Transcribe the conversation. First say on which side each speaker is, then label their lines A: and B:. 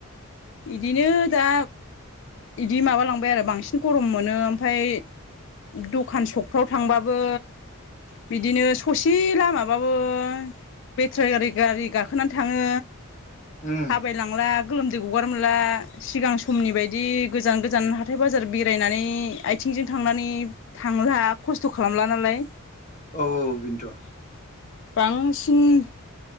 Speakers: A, on the left; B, on the left.
A: बिदिनो दा बिदि माबालांबाय आरो बांसिन गरम मोनो ओमफाय दखान सखफ्राव थांबाबो बिदिनो ससे लामाबाबो बेटारि गारि गारि गाखोनानै थाङो
B: उम
A: थाबायलांला गोलोमदै गगार मोनला सिगां समनि बायदि गोजान गोजान हाथाय बाजार बेरायनानै आथिं जों थांनानै थांला खस्थ' खालामला नालाय
B: औ औ बिन्थ'
A: बांसिन